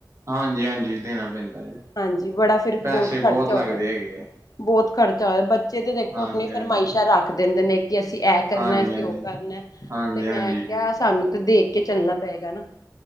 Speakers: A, on the right (about 40°); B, on the left (about 55°).
A: ਹਾਂਜੀ-ਹਾਂਜੀ ਦੇਣਾ ਪੈਂਦਾ ਜੀ
B: ਹਾਂਜੀ ਬੜਾ ਫਿਰ
A: ਪੈਸੇ
B: ਬਹੁਤ ਖ਼ਰਚਾ
A: ਲੱਗਦੇ
B: ਹੋ ਜਾਂਦਾ
A: ਹੈਗੇ ਆ
B: ਬਹੁਤ ਖਰਚਾ ਹੋਇਆ ਬੱਚੇ ਤੇ ਦੇਖੋ
A: ਹਾਂਜੀ
B: ਆਪਣੀ ਫਰਮਾਇਸ਼ਾਂ
A: ਹਾਂਜੀ
B: ਰੱਖ ਦਿੰਦੇ ਨੇ ਕਿ ਅਸੀਂ ਇਹ ਕਰਨਾ
A: ਹਾਂਜੀ
B: ਅਸੀਂ
A: ਹਾਂਜੀ
B: ਉਹ ਕਰਨਾ
A: ਹਾਂਜੀ
B: ਤੇ ਮੈਂ
A: ਹਾਂਜੀ
B: ਕਿਹਾ ਸਾਨੂੰ ਦੇਖ ਕੇ ਚੱਲਣਾ ਪਏਗਾ ਨਾ